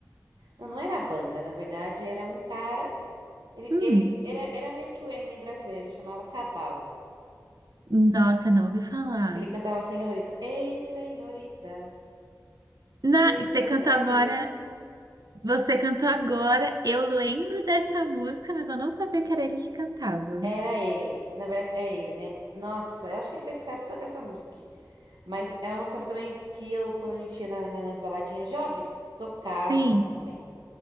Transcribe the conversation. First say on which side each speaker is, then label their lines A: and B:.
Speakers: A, on the right (about 85°); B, on the right (about 60°).
A: Não, não era banda, na verdade, era um cara. Ele,
B: Hum,
A: ele era, era meio que o Eminem brasileiro, ele chamava Cabal.
B: nossa, não ouvi falar.
A: Ele cantava Senhorita. Ei, senhorita,
B: Na,
A: não sei
B: você
A: se você
B: cantou agora,
A: acredita.
B: você cantou agora. Eu lembro dessa música, mas eu não sabia que era ele que cantava.
A: Era ele. Na verdade, é ele, né? Nossa, eu acho que ele fez sucesso só com essa música. Mas é uma música também que eu, quando a gente ia na- na- nas baladinhas jovem, tocava
B: Sim,
A: também.